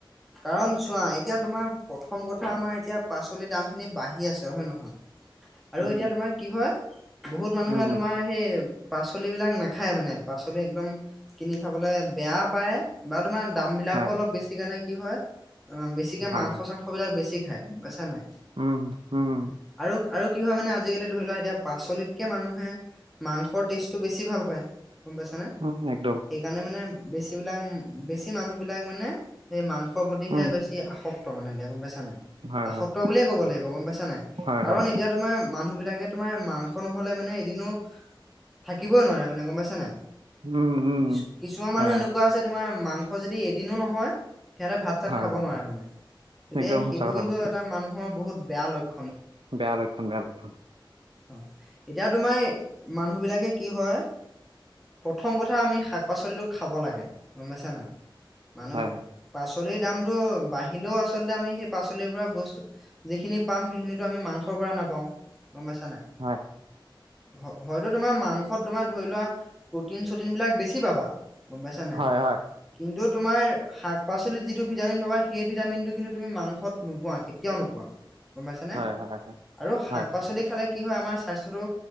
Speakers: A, in the centre; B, on the right.
A: কাৰণ চোৱা এতিয়া তোমাৰ- প্ৰথম কথা আমাৰ এতিয়া পাচলি দাম খিনি বাঢ়ি আছে হয় নহয় আৰু
B: উম
A: এতিয়া তোমাৰ- কি হয় বহুত মানুহে
B: উম
A: তোমাৰ- সেই পাচলিবলাক নাখায় মানে। পাচলি একদম কিনি খাবলে বেয়া পায়। বা তোমাৰ দাম বিলাকো
B: হয়
A: অলপ বেছি কাৰণে কি হয় অ বেছিকে
B: হয়
A: মাংস
B: হয়
A: -চাংস মাংস খবলাক বেছি খাই গমপাইচা নাই
B: উম উম
A: আৰু আৰু কি হয় মানে আজিকালি ধৰি লোৱা এতিয়া পাচলিত- তেনেকে মানুহে মাংসৰ, টেষ্টটো বেছি ভাল পায় গম পাইছানে।
B: উম একদম
A: সেইকাৰণে মানে বেছি বিলাক বেছি। সেই মানুহ বিলাক মানে সেই মাংসৰ প্ৰতিহে
B: উম
A: বেছি আসক্ত মানেতিয়া গম পাইছা নাই।
B: হয়
A: আসক্ত
B: হয়
A: বুলিয়ে ক'ব লাগিব গম পাইছা নাই।
B: হয়
A: কাৰণ
B: হয়
A: এতিয়া তোমাৰ মানুহ বিলাকে তোমাৰ মাংস, লে মানে এদিনো থাকিবই নোৱাৰে মানে গম পাইছা নাই।
B: উম উম
A: কিছু কিছুমান মানুহ
B: হয়
A: এনেকুৱা আছে তোমাৰ মাংস যদি এদিনো নহয়। সিহঁতে ভাত চাত
B: হয়
A: খাব
B: হয়
A: নোৱাৰে মানে গতিকে
B: একদম
A: সেইটো
B: সঁচা কথা
A: কিন্তু
B: কৈছে
A: এটা মানুহৰ বহুত বেয়া লক্ষ্য।
B: বেয়া লক্ষ্যন বেয়া লক্ষ্যন
A: অ এতিয়া তোমাৰ মানুহ বিলাকে কি হয় প্ৰথম কথা আমি শাক-পাচলিটো খাব লাগে গম পাইছা নাই মানুহ
B: হয়
A: পাচলিৰ দামটো বাঢ়িলেও আচলতে আমি সেই পাচলিৰ পৰা বস্তু যিখিনি পাম সেইখিনিটো আমি মাংসৰ পৰা নাপাওঁ গম পাইছা নাই
B: হয়
A: হয় হয়তো তোমাৰ মাংসত তোমাৰ ধৰি লোৱা প্ৰটিন চটিন বিলাক বেছি পাবা গম পাইছা নাই
B: হয় হয়
A: কিন্তু তোমাৰ শাক-পাচলিত যিটো ভিটামিন পাবা সেই ভিটামিনটো কিন্তু তুমি মাংসত নোপোৱা কে- তিয়াও নোপোৱা গম পাইছা নে
B: হয় হয় হয় হয়
A: আৰু শাক-পাচলি
B: হয়
A: খালে কি হয় আমাৰ স্বা- স্থ্যটো